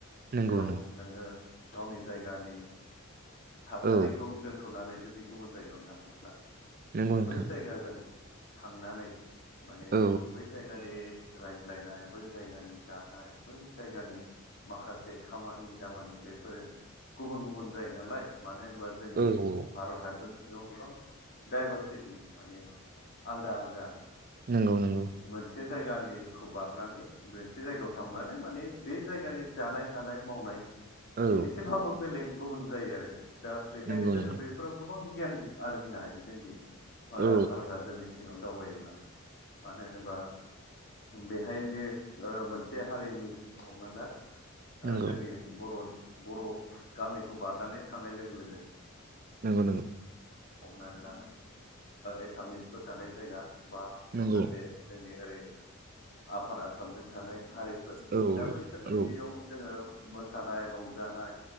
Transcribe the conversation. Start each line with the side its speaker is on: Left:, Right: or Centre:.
Right: नंगौ
Left: जेराव
Right: नंगौ
Left: नोङो गावनि जायगानि थासारिखौ
Right: औ
Left: दोन्थ'नानै जुदि गुबुन जायगायाव थाङोब्ला
Right: नंगौ नोंथां
Left: बै जायगाजों थांनानै माने
Right: औ
Left: बै जायगानि राय ज्लायनाय बै जायगानि जानाय बै जायगानि माखासे खामानि दामानि बेफोरो गुबुन गुबुन जायो नालाय। मानो होनोबा जोंनि
Right: औ औ
Left: भारत हादर सिङाव गोबां डाइभारसिटि माने आलदा आलदा।
Right: नंगौ नंगौ
Left: मोनसे जायगानिखौ बारनानै मोनसे जायगायाव थांब्लानो मानि बे जायगानि जानाय थानाय मावनाय। माने
Right: औ
Left: एसेबाबो बेलेग गुबुन जायो आरो दा बेखायनो
Right: नंगौ
Left: जोङो
Right: नंगौ
Left: बेफोराव गोबां गियान आरजिनो हायो जोंनि ओ
Right: औ
Left: भारतहादरनिसि। सिङाव दावबायोब्ला मानो होनोबा। बेहायनो ओ मोनसे हारिनि हमना ला ओ
Right: नंगौ
Left: जोंनि बर' बर' गामिखौ बारनानै थांनाय लोगो लोगो।
Right: नोंगौ नोंगौ।
Left: हमनानै ला एसामिसफोर थानाय जायगा बा
Right: नंगौ
Left: माखासे जों ओरोय आफार आसामजों थानाय हारि
Right: औ
Left: दा बैसोर
Right: औ
Left: बदियाव जोङो मोसानाय रंजानाय